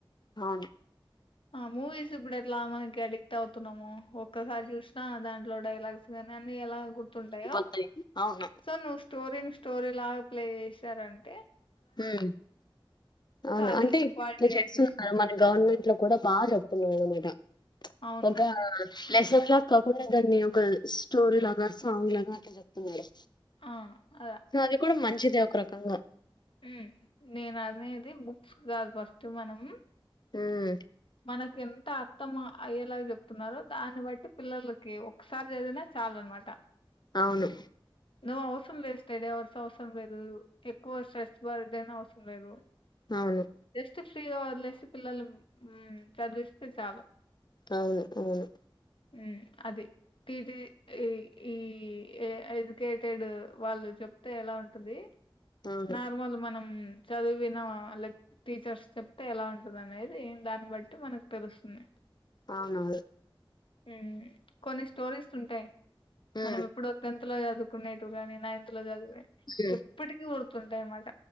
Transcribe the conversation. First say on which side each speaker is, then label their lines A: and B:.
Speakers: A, on the left; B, on the left.
A: అవును
B: ఆ మూవీస్ ఇప్పుడు అట్లా మనకి అడిక్ట్ అవుతు న్నామో ఒక్కసారి చూసినా దాంట్లో డైలాగ్స్ విన్ అన్ని ఎలా గుర్తుంటాయో
A: పోతాయి అవును
B: సో నువ్ స్టోరీని స్టోరీ లాగా ప్లే చేసారంటే
A: ఉమ్ అవును
B: సో అది
A: అంటే
B: క్వాలిటీ
A: ఇట్లా చేస్తున్నారు
B: ఎడ్యుకేషన్
A: మన గవర్నమెంట్ లో కూడా బాగా చెప్తున్నారు అన్నమాట చుప్
B: అవును.
A: ఒకా లెసన్ లాగా కాకుండా దాన్ని ఒక స్టోరీ లాగా సాంగ్ లాగా అట్లా చెప్తున్నాడు.
B: ఆ! అలా
A: అది కూడా మంచిదే ఒక రకంగా
B: మ్మ్ నేను అనేది బుక్స్ కాదు ఫస్ట్ మనం
A: హ్మూ
B: మనకెంత అర్థం అయ్యేలాగా చెప్తున్నారో దాన్ని బట్టి పిల్లలకి ఒకసారి చదివినా చాలు అనమాట.
A: అవును
B: నువ్వు అవసరం లేదు, స్టడీ అవర్స్ అవసరం లేదూ, ఎక్కువ స్ట్రెస్ బర్డెన్ అవసరం లేదు.
A: అవును
B: చి ఫ్రీగా వదిలేసి పిల్లల్ని మ్మ్ చదివిస్తే చాలు.
A: అవును అవును
B: మ్మ్ అది ఇది ఈ ఈ ఎడ్యుకేటెడ్ వాళ్ళు చెప్తే ఎలా ఉంటది
A: అవును
B: నార్మల్ మనం చదివిన వాళ్ళకి టీచర్స్ చెప్తే ఎలా ఉంటది అనేది దాన్ని బట్టి మనకు తెలుస్తుంది.
A: అవునా
B: మ్మ్ కొన్ని స్టోరీస్ ఉంటయి.
A: ఉమ్
B: మనం ఇప్పుడు టెన్ తులో చదువుకునేటివి గాని నైన్ తులో చదివి
A: ఉమ్
B: ఎప్పటికి గుర్ తుంటది అనమట